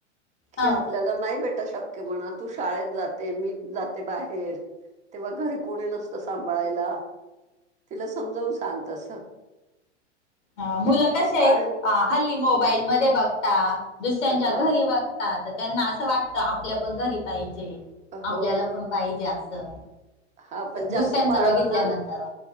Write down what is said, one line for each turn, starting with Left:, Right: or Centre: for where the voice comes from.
Right: की
Left: हा
Right: आप आपल्याला नाही भेटा शक्य म्हणा, तू शाळेत जाते मी जाते बाहेर. तेव्हा घरी कोणी नसत सांभाळायला तिला. समजावून सांग तसं.
Left: अ मुलं कस
Right: पाळेल
Left: आहे अ हल्ली मोबाईल मध्ये बघता, दुसऱ्यांच्या
Right: हा
Left: घरी बघ त्यांना असं वाटत आपल्या पण घरी पाहिजे,
Right: हो
Left: आपल्याला पण पाहिजे असं,
Right: हा पण
Left: दुसऱ्यांचं
Right: ज्यांनी पाळलं
Left: बघितल्यानंतर.
Right: ना